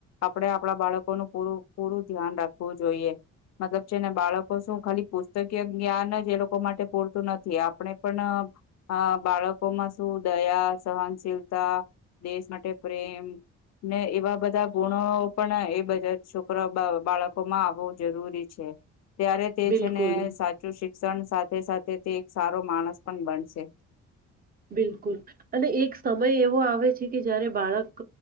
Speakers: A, on the left; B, on the right.
A: આપડે આપણા બાળકોનુંું પૂરું પૂરું ધ્યાન રાખવું જોઈએ મતલબ છેને બાળકો શું ખાલી પુસ્તકીય જ્ઞાન જ એ લોકો માટે પૂરતું નથી આપણે પણ બાળકોમાં શું દયા સહનશીલતા દેશ માટે પ્રેમ ને એવા બધા ગુણો પણ એ બધા છોકરા બાળકો માં આવવું જરૂરી છે ત્યારે તે
B: બિલકુલ
A: છે ને સાચું શિક્ષણ સાથે સાથે તે એક સારો માણસ પણ બનશે
B: બિલકુલ અને એક સમય એવો આવે છે કે જારે બાળક